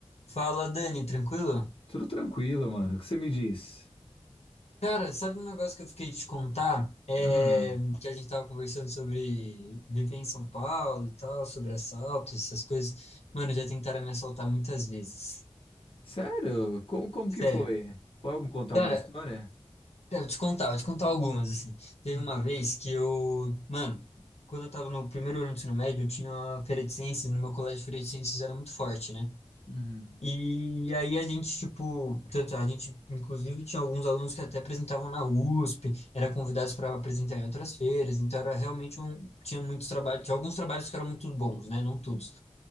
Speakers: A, on the left (about 85°); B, on the left (about 60°).
A: Fala, Dani, tranquilo?
B: Tudo tranquilo, mano. O que você me diz?
A: Cara, sabe um negócio que eu fiquei de te contar? É,
B: Ah,
A: que a gente tava conversando sobre viver em São Paulo e tal, sobre assaltos, essas coisas. Mano, já tentaram me assaltar muitas vezes.
B: sério? Como, como
A: Sério.
B: que foi? Pode me contar
A: Cara,
B: uma história?
A: eu vou te contar, vou te contar algumas, assim. Teve
B: Hum,
A: uma vez que eu... Mano, quando eu tava no primeiro ano do ensino médio, eu tinha uma feira de ciências, no meu colégio de feira de ciências era muito forte, né?
B: hum,
A: E aí a gente, tipo, tanto a gente, inclusive, tinha alguns alunos que até apresentavam na USP, era convidados para apresentar em outras feiras, então era realmente um, tinha muitos trabalhos, tinha alguns trabalhos que eram muito bons, né? Não todos.